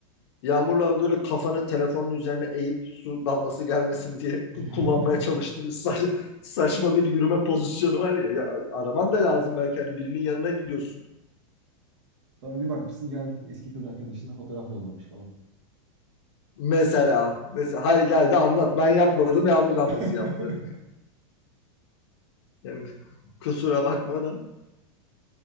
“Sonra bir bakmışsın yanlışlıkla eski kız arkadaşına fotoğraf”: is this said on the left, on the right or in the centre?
Right